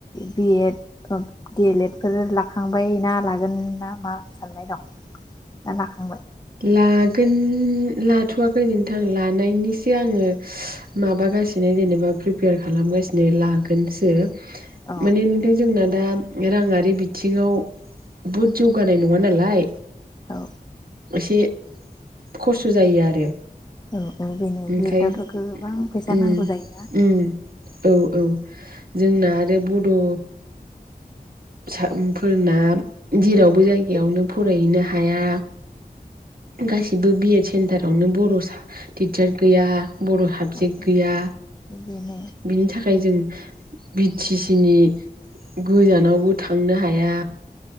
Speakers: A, on the left (about 25°); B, on the right (about 65°).
A: B Ed D El Ed. बेफोर लाखांबाय ना लागोन ना मा साननाय दं ना लाखांबाय।
B: लागोन लाथ'वाखै नोंथां लानायनिसो आङो माबागासिनो जेनेबा प्रिपेयार खालामगासिनो लागोनसो।
A: अ
B: माने ओनफाय जोंना दा। राङारि बिथिङाव बहुद जौगानाय नङा नालाय।
A: औ।
B: एसे खस्थ' जायो आरो
A: औ औ बेनो
B: ओमफ्राय
A: बेदिआवथ' गोबां फैसा
B: उम
A: नांगौ जायोना।
B: उम औ औ जोंना आरो बड' सा उम फोरना जेरावबो जायगायावनो फरायहैनो हाया गासिबो बि एड सेन्टारावनो बर' सा टिचार गैया। बर' साबजेक्ट
A: औ
B: गैया
A: बेनो
B: बिनि थाखाय जों बि टि सि नि गोजानावबो थांनो हाया।